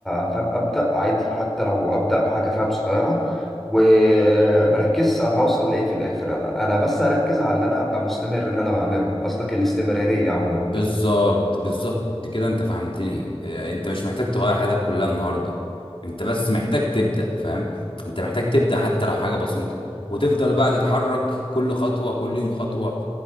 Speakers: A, in the centre; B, on the left.
A: فاهم أبدأ عادي حتى لو أبدأ بحاجة فاهم صغيرة ومركز أنا هوصل لإيه في الآخر أنا أنا بس أركز على اللي أنا هبقى مستمر إن أنا بعمله قصدك الاستمرارية عموما
B: بالظبط بالظبط كده انت فهمتني اه، انت مش محتاج تغير حياتك كلها النهارده انت بس محتاج تبدأ فاهم انت محتاج تبدأ حتى لو حاجة بسيطة وتفضل بقى تتحرك كل خطوة كل يوم خطوة